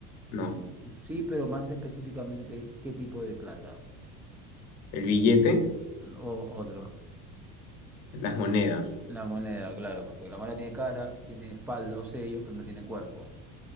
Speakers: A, on the left; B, in the centre.
A: no,
B: Mm, mm, Sí, pero más específicamente, ¿qué tipo de plata?
A: el billete,
B: Mm, O otro.
A: las monedas.
B: La moneda, claro, pues porque la moneda tiene cara, tiene espalda o sello, pero no tiene cuerpo.